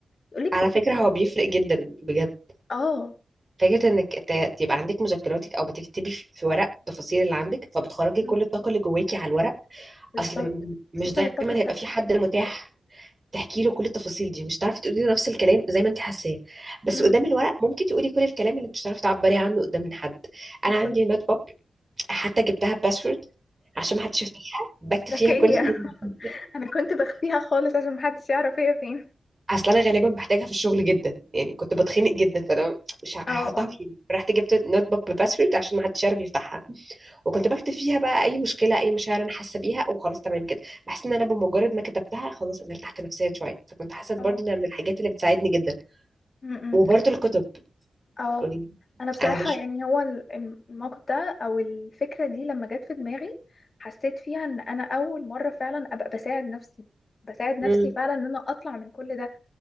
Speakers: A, on the left; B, on the right.
A: يقولك
B: على
A: التفاهه
B: فكرة هو
A: دي
B: بيفرق جدا بجد
A: اه
B: فكرة انك ت- تبقى عندك مذكراتك او بتكتبي في في ورق التفاصيل اللي عندك فبتخرجي
A: مم.
B: كل الطاقة اللي جواكي على الورق
A: بالظبط
B: اصل م- مش
A: خصوصا
B: دايما
A: الطاقه السلبيه
B: هيبقى في حد متاح تحكي له كل التفاصيل دي مش هتعرفي تقولي له نفس الكلام زي ما انت حاساه بس
A: مم.
B: قدام الورق ممكن تقولي كل الكلام اللي مش هتعرفي تعبري عنه قدام حد
A: بالظبط
B: انا عندي نوت بوك حتى جبتها باسورد عشان ما حدش يفتحها بكتب
A: ذكيه
B: فيها كل
A: <laughs>
B: <laughs>
A: انا كنت بخفيها خالص عشان محدش يعرف هي فين
B: اصل انا غالبا بحتاجها في الشغل جدا يعني كنت بتخنق جدا فانا مش ه-
A: اه
B: هحطها
A: اه
B: فين رحت جبت نوت بوك بباسورد عشان ما حدش يعرف يفتحها وكنت بكتب فيها بقى اي مشكله اي مشاعر انا حاسه بيها وخلاص تمام كده بحس ان انا بمجرد ما كتبتها خلاص انا ارتحت نفسيا شويه فكنت حاسه برضه
A: اه
B: انها من الحاجات اللي بتساعدني جدا
A: مم.
B: وبرضه الكتب
A: اه
B: قولي
A: انا بصراحه
B: انا بش
A: يعني هو ال- الموقف ده او الفكره دي لما جت في دماغي حسيت فيها ان انا اول مره فعلا ابقى بساعد نفسي بساعد نفسي
B: مم.
A: فعلا ان انا اطلع من كل ده